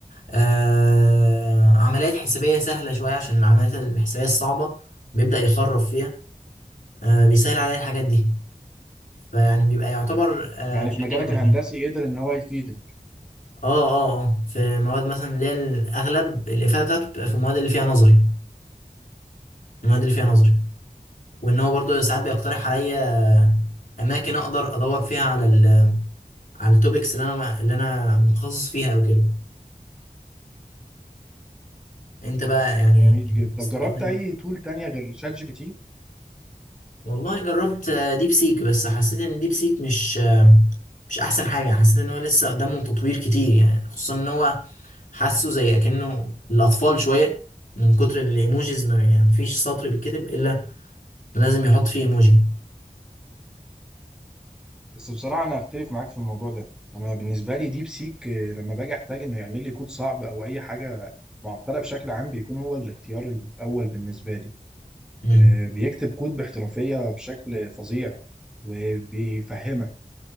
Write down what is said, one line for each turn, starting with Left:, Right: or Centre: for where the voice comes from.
Left: آه عمليات حسابيه سهله شويه عشان العمليات الحسابيه الصعبه بيبدا يخرف فيها آه بيسهل عليا الحاجات دي فيعني بيبقى يعتبر آه
Centre: يعني
Left: بشكل
Centre: في مجالك
Left: أول.
Centre: الهندسي قدر ان هو يفيدك
Left: اه اه اه في مواد مثلا اللي هي الاغلب الافاده بتاعته بتبقى في المواد اللي فيها نظري المواد اللي فيها نظري وان هو برضه ساعات بيقترح عليا اماكن اقدر ادور فيها على ال على التوبكس اللي انا اللي انا متخصص فيها او كده انت بقى يعني
Centre: جميل جدا
Left: بتستخدم
Centre: طب جربت اي تول تانية غير شات جي بي تي
Left: والله جربت آه، ديب سيك بس حسيت ان ديب سيك مش آه، مش احسن حاجه حسيت ان هو لسه قدامه تطوير كتير يعني خصوصا ان هو حاسه زي اكنه الاطفال شويه من كتر الايموجيز ما يعني مفيش سطر بيتكتب الا لازم يحط فيه ايموجي
Centre: بس بصراحة أنا أختلف معاك في الموضوع ده أنا بالنسبة لي ديب سيك آه، لما باجي أحتاج إنه يعمل لي كود صعب أو أي حاجة معقدة بشكل عام بيكون هو الاختيار الأول بالنسبة لي
Left: امم
Centre: آه، بيكتب كود باحترافية بشكل فظيع وبيفهمك